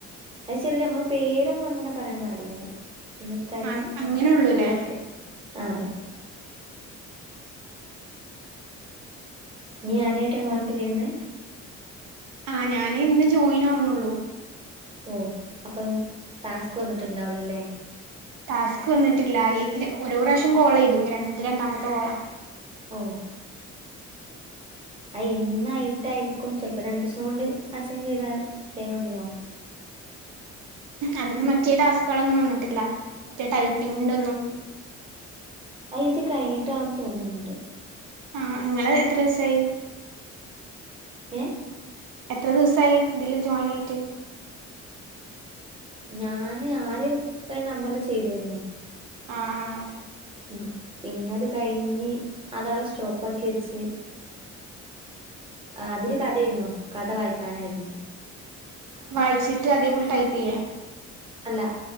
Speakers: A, on the right (about 20°); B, on the right (about 85°).
A: അയ്ച്ചാല് നമ്മള പേരൊന്നും അങ്ങനെ പറയാൻ പാടില്ല പിന്നെ സ്ഥലം
B: ആഹ് അങ്ങനെള്ളൂല്ലേ
A: അതൊക്കെ ആഹ് അതെ നീ ആദ്യായിട്ടാണ് വർക്ക് ചെയ്യുന്നേ
B: ആഹ് ഞാന് ഇന്ന് ജോയിൻ ആവുന്നുള്ളൂ
A: ഓഹ് അപ്പം ടാസ്ക് വന്നിട്ടുണ്ടാവുലാലെ
B: ടാസ്ക് വന്നിട്ടില്ല ഈ ഗ്രു ഒരു പ്രാവശ്യം കോളിതു ഇത്‌ രണ്ടാമത്തെ കോളാ
A: ഓഹ് അത് ഇന്നായിട്ടായിരിക്കും ചെലപ്പോ രണ്ടുസം കൊണ്ട് അസൈൻ ചെയ്ത വേറെഡിയാകും
B: അതിന് മറ്റേ ടാസ്കുകളൊന്നും വന്നിട്ടില്ല മറ്റേ ടൈപ്പിങ്ങിന്റെ ഒന്നും
A: അത് ഇത് കഴിഞ്ഞിട്ടാന്ന് തോന്നുന്നുണ്ട്
B: ആഹ് ഇങ്ങള് എത്ര ഈസായി
A: ഏഹ്
B: എത്ര ദിവസമായി ഇതില് ജോയിൻ ആയിട്ട്
A: ഞാന് ആദ്യം ഒരു നമ്പറില് ചെയ്തീർന്നു
B: ആഹ് ആഹ്
A: ആഹ് പിന്നത് കഴിഞ്ഞ് അതവടെ സ്റ്റോപ്പ് ആക്കി വെച്ച് ആഹ് അതില് കഥെരുന്നു കഥ വായിക്കാനായിരുന്നു
B: വായിച്ചിട്ട് അതേപോലെ ടൈപ്പീയ്യേ
A: അല്ല